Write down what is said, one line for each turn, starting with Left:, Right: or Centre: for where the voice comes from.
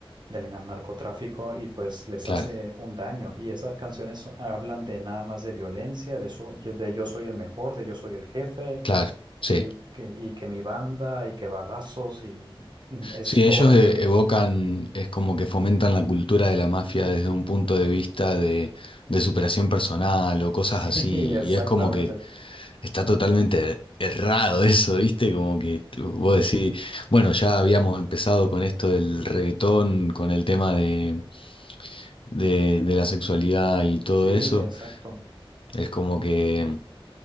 Right: del narcotráfico y pues les
Left: claro,
Right: hace un daño. Y esas canciones hablan de nada más de violencia, de, so- de yo soy el mejor, de yo soy el jefe
Left: claro, sí.
Right: y que, y que mi banda y que balazos y mm, es
Left: Sí, ellos
Right: horrible.
Left: eh, evocan,
Right: <laughs>
Left: es como que fomentan la cultura de la mafia desde un punto de vista de, de superación personal o cosas
Right: Sí,
Left: así,
Right: exactamente.
Left: y es como que está totalmente errado <laughs> eso, ¿viste? Como que tú- vos decís, bueno, ya habíamos empezado con esto del reggaetón, con el tema de, de, de la sexualidad y todo
Right: Sí,
Left: eso,
Right: exacto.
Left: es como que